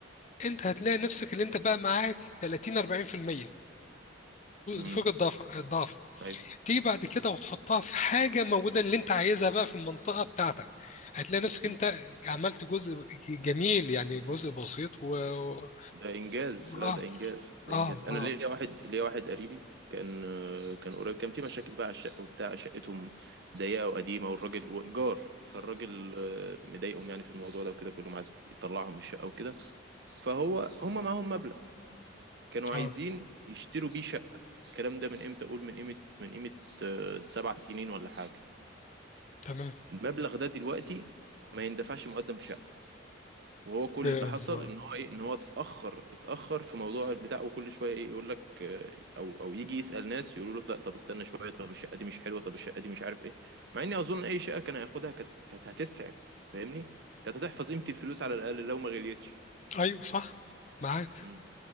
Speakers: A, on the left (about 35°); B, on the right (about 55°).
A: انت هتلاقي نفسك اللي انت بقى معاك 30 40%
B: م-
A: فوق الضعف الضعف
B: أيوة
A: تيجي بعد كده وتحطها في حاجه موجوده اللي انت عايزها بقى في المنطقه بتاعتك هتلاقي نفسك
B: أيوة
A: انت عملت جزء جميل يعني جزء بسيط و و-
B: ده انجاز لا
A: اه
B: ده انجاز ده
A: اه
B: انجاز انا
A: اه
B: ليا واحد ليا واحد قريبي كان كان قريب كان في مشاكل بقى على الشقه وبتاع شقتهم ضيقه وقديمه والراجل وايجار فالراجل آه، مضايقهم يعني في الموضوع ده وكده بيقول لهم عايز يطلعهم من الشقه وكده فهو هم معاهم مبلغ كانوا
A: اه
B: عايزين يشتروا بيه شقه الكلام ده من امتى اقول من قيمه من قيمه آه، سبع سنين ولا حاجه
A: تمام
B: المبلغ ده دلوقتي ما يندفعش مقدم في شقه وهو كل
A: بالظبط
B: اللي حصل ان هو ايه ان هو اتاخر اتاخر في موضوع البتاع وكل شويه ايه يقول لك آه، او او يجي يسال ناس يقولوا له لا طب استنى شويه طب الشقه دي مش حلوه طب الشقه دي مش عارف ايه مع اني اظن اي شقه كان هياخدها كانت كانت هتسعف فاهمني كانت هتحفظ قيمه الفلوس على الاقل لو ما غليتش
A: ايوه صح معاك
B: مم.